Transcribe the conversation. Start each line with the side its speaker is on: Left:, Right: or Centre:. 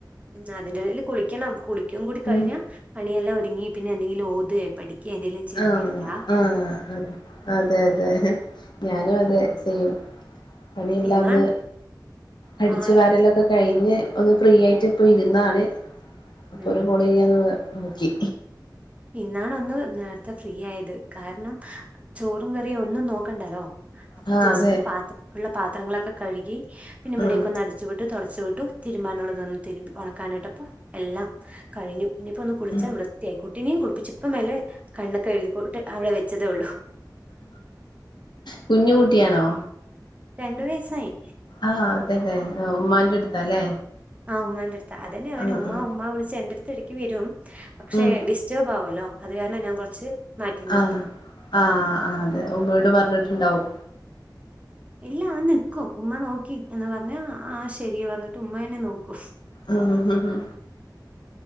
Right: ഉം അതിന്റെ ഇടയില് കുളിക്കണം കുളിക്കും കൂടി കഴിഞ്ഞ
Left: ഉം
Right: പണിയെല്ലാം ഒരുങ്ങി പിന്നെ എന്തെങ്കിലും ഓതെ പഠിക്കെ എന്തെങ്കിലും ചെയ്തിട്ടിരിക്കാ
Left: ആഹ് ആഹ് ആ അതെ അതെ ഞാനും അതെ സൈം പണിയെല്ലാം
Right: ഇന്നാണ്
Left: ഒന്ന് അടിച്ചു
Right: ആ
Left: വാരലും
Right: ഇന്ന്
Left: ഒക്കെ കഴിഞ്ഞ് ഒന്ന് ഫ്രീ ആയിട്ട് ഇപ്പോൾ ഇരുന്നതാണ് അപ്പോൾ
Right: ഉം
Left: ഒരു കോള് ചെയ്യാൻ നോക്കി
Right: ഇന്നണൊന്ന് നേരത്തെ ഫ്രീ ആയത് കാരണം ചോറും കറിയും ഒന്നും നോക്കണ്ടല്ലോ അപ്പൊ
Left: ആഹ്
Right: ജസ്റ്റ്
Left: അതെ
Right: പാത്ര ഉള്ള പാത്രങ്ങളൊക്കെ കഴുകി പിന്നെ ഇവിടൊക്ക
Left: ഉം
Right: ഒന്ന്ട് ച്ച് വിട്ടു തുടച്ചു വിട്ടു തിരുമ്പാനുള്ളതൊന്നു ഉണക്കാനായിട്ടപ്പ എല്ലാം കഴിഞ്ഞു പിന്നെയിപ്പോ ഒന്ന് കുളിച്ചാ
Left: ഉം
Right: വൃത്തിയായി കുട്ടിനെയും കുളിപ്പിച്ച് ഇപ്പ മെല്ലെ കണ്ണൊക്കെ എഴുതിട്ട് അവിടെ വെച്ചതേ ഉള്ളൂ
Left: കുഞ് കുട്ടിയാണോ
Right: രണ്ടു വയസായി
Left: ആഹ് അതെതെ ഉമ്മാന്റെ അടുത്താല്ലേ
Right: ആഹ് ഉമാന്റെ അടുത്ത് അതന്നെ അവൻ
Left: ആഹ്
Right: ഉമാ
Left: ആഹ്
Right: ഉമ്മാ വിളിച്ച് എന്റെ അടുത്ത് ഇടക്ക് വരും പക്ഷേ
Left: ഉം
Right: ഡി റ്റേർബാവുല്ലോ അത് കാരണം ഞാൻ കുറച്ച് മാറ്റി നിർത്തും
Left: ആഹ് ആഹ് അതെ ഉമ്മയോട് പറഞ്ഞിട്ടുണ്ടാവും
Right: ഇല്ല അവൻ നിക്കും ഉമ്മ നോക്കി എന്ന് പറഞ്ഞ ആ ശരി പറഞ്ഞിട്ട് ഉമ്മേന്നെ നോക്കും
Left: ആഹ് ആഹ് ആഹ്